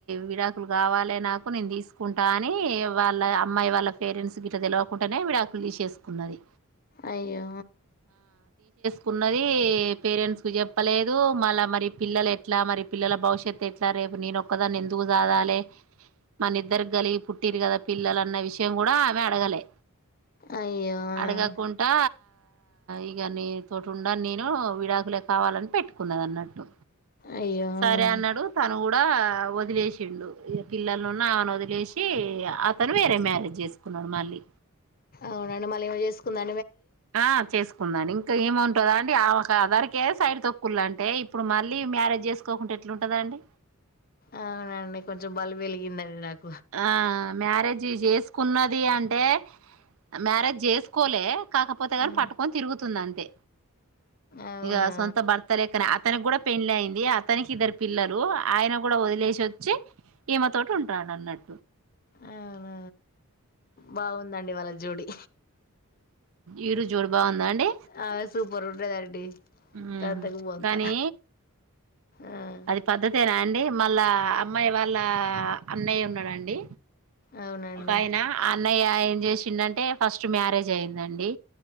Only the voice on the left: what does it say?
అయ్యో
అయ్యో ఉమ్,
అయ్యో
ఉమ్.
అవునండి మళ ఈమె చేసుకుందా
అవునండి కొంచెం బల్బు వెలిగిందండి నాకు
మ్మ్
అవునా
అవున బాగుందండి వాళ్ళ జోడి
ఆ సూపర్ ఉంటదండి
దంతకు బొంత
ఆ
అవునండి